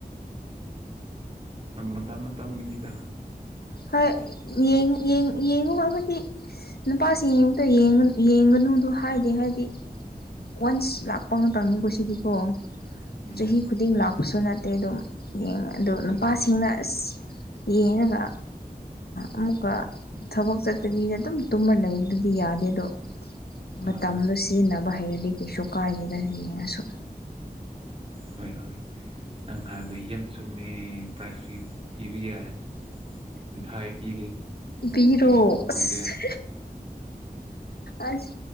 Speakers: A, on the right; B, on the left.
A: ꯃꯇꯝ ꯃꯇꯝꯒꯤꯅꯤꯗ
B: ꯍꯣꯏ ꯌꯦꯡ ꯌꯦꯡ ꯌꯦꯡꯉꯨꯒꯗꯤ ꯅꯨꯄꯥꯁꯤ ꯌꯦꯡ ꯑꯃꯨꯛꯇ ꯌꯦꯡꯒꯅꯨꯗꯨ ꯍꯥꯏꯗꯤ ꯍꯥꯏꯕꯗꯤ ꯋꯥꯟꯁ ꯂꯥꯛꯄ ꯉꯥꯛꯇꯧꯅꯤꯀꯣ ꯁꯤꯗꯤꯀꯣ
A: ꯎꯝ
B: ꯆꯍꯤ ꯈꯨꯗꯤꯡ ꯂꯥꯛꯄꯁꯨ ꯅꯠꯇꯦ ꯑꯗꯨꯝ ꯌꯦꯡ ꯑꯗꯣ ꯅꯨꯄꯥꯁꯤꯡꯅ
A: ꯆꯨꯝꯃꯦ ꯆꯨꯝꯃꯦ
B: ꯑꯁ ꯌꯦꯅꯒ ꯑꯃꯨꯛꯀ ꯊꯕꯛ ꯆꯠꯇꯕꯤꯗ ꯑꯗꯨꯝ ꯇꯨꯝꯃ ꯂꯩꯕꯗꯨꯗꯤ ꯌꯥꯗꯦ ꯑꯗꯣ
A: ꯑꯥ
B: ꯃꯇꯝꯗꯣ ꯁꯤꯖꯤꯟꯅꯕ ꯍꯩꯔꯗꯤ ꯀꯩꯁꯨ ꯀꯥꯏꯗꯦꯗ ꯌꯦ ꯌꯦꯡꯉꯁꯨ
A: ꯍꯣꯏ ꯍꯣꯏ ꯅꯪ ꯍꯥꯏꯗ ꯍꯤꯖ ꯆꯨꯝꯃꯦ ꯄ꯭ꯔꯥꯏꯖ ꯄꯤꯕ ꯌꯥꯏ ꯃꯤꯊꯥꯏ ꯄꯤꯒꯦ
B: ꯄꯤꯔꯣ
A: ꯇꯦꯡꯄꯣꯡ
B: ꯑꯁ
A: ꯑꯣꯏꯒꯦꯔꯥ
B: ꯑꯁ